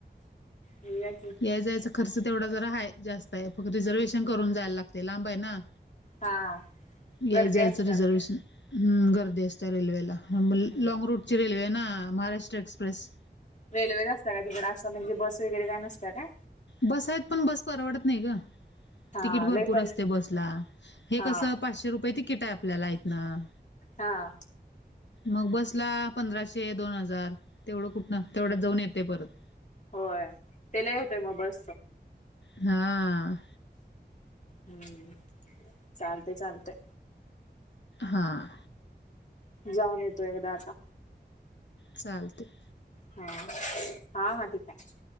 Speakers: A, on the left; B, on the left.
A: ह
B: या जायचा खर्च तेवढा जरा ह जास्त आहे फक्त रिझर्वेहेशन करून जायला लागते लांब आहे ना
A: हा
B: याय
A: गर्दी
B: जायचं
A: असत्या
B: रिझर्वेशन गर्दी असते रेल्वेला लँग
A: हम्म
B: रूटची रेल्वे आहे ना महाराष्ट्र एक्सप्रेस
A: रेल्वेच असतता का तिकड असं म्हणजे बस वगैरे काय नसत का
B: बस आहेत पण बस परवडत नाही ग.
A: हा
B: तिकीट भरपूर
A: लय पै
B: असते बसला हे
A: हा
B: कसं पाचशे रुपये तिकीट आहे आपल्याला इथन.
A: हा‌.
B: मग बसला पंधराशे दोन हजार तेवढं कुठन तेवढं जाऊन येतोय परत.
A: होय ते लई होते मग बसच.
B: हा.
A: हम्म चालतय चालतय.
B: हां.
A: जाऊन येतो एकदा आता.
B: चालतंय.
A: हा हा ठीक आहे.